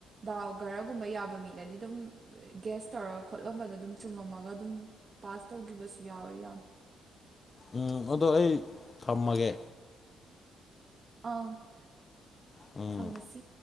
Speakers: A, on the right; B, on the left.
A: ꯗꯥꯎ ꯒꯔꯒꯨꯝꯕ ꯌꯥꯕ ꯃꯤꯗꯗꯤ ꯗꯨꯝ ꯒꯦꯁ ꯇꯧꯔꯒ ꯈꯣꯠꯂꯝꯕꯗꯣ ꯗꯨꯝ ꯆꯨꯝꯃꯝꯃꯒ ꯑꯗꯨꯝ ꯄꯥꯁ ꯇꯧꯒꯤꯕꯁꯨ ꯌꯥꯎꯋꯦ ꯌꯥꯝ
B: ꯑꯥ ꯑꯗꯣ ꯑꯩ ꯊꯝꯃꯒꯦ
A: ꯑꯥ
B: ꯎꯝ
A: ꯊꯝꯃꯁꯤ